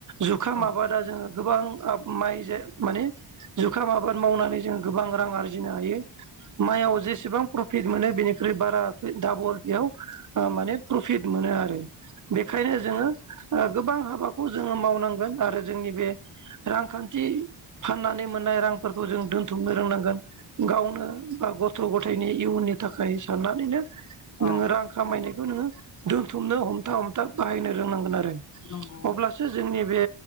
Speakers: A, on the right; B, on the left.
A: जुखाम
B: औ
A: माबादा जोङो गोबां आब माइ माने जुखाम आबाद मावनानै जोङो गोबां रां आरजिनो हायो माइयाव जेसेबां प्रफिट मोनो बेनिख्रुइ बारा दाबल बेयाव ओ माने प्रफिट मोनो आरो। बेखायनो जोङो ओ गोबां हाबाखौ जोङो मावनांगोन आरो जोंनि बे रांखान्थि फाननानै मोननाय रांफोरखौ जों दोनथुमनो रोंनांगोन। गावनो बा गथ' गथायाइनि इयुननि थाखाय साननानैनो
B: औ
A: नोङो रां खामायनायखौ नोङो दोनथुमनो हमथा हमथा बाहायनो रोंनांगोन आरो।
B: नंगौ।
A: अब्लासो जोंनि बे